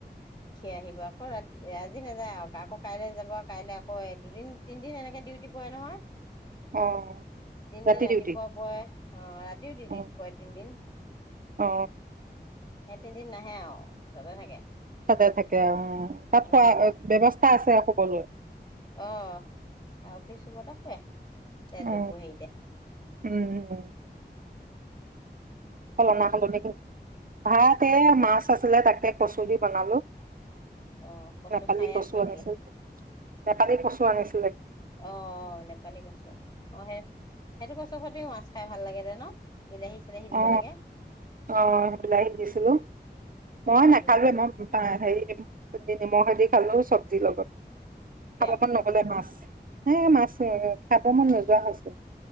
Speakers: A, on the left; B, on the right.
A: খি আহিব আকৌ ৰাতি আজি নাযায় আও আকৌ কাইলে যাব কাইলে আকৌ দুদিন তিনদিন এনেকে ডিউটি পৰে নহয়
B: অ
A: তিনদিন
B: ৰাতি
A: ৰাতিপুৱা
B: ডিউটি
A: পয় আহ ৰাতিও ডিউটি
B: অ
A: পয় তিনদিন
B: অ
A: সেই তিনিদিন নাহে আও তাতে থাকে
B: তাতে থাকে অ তাত
A: উম,
B: খোৱা ব্যৱস্থা আছে সকলোৱে
A: অ আ অফিচ ৰুমতে হুৱে তেল
B: অ
A: ডিপো হেইতে
B: উম সলনা সলনি কৰি ভাত এ মাছ আছিলে তাকে কচু দি বনালো
A: অ কচু
B: নেপালী
A: খাই
B: কচু
A: আছ
B: আনিছিল
A: নেকি
B: নেপালী কচু আনিছিল
A: অ অ নেপালী কছু অ সেই সেইটো কছু সতেও মাছ খাই ভাল লাগে যে ন। বিলাহী চিলাহী দিব
B: অ
A: লাগে
B: অ সেই বিলাই স দিছিলো
A: অ
B: মই নাখালে
A: বিলাহী
B: মই হেৰি নিমখেদি খালো চব্জিৰ লগত
A: কিয়
B: খাব মন নগলে মাছ। হে মাছ খাব মন নোযোৱা হৈছে।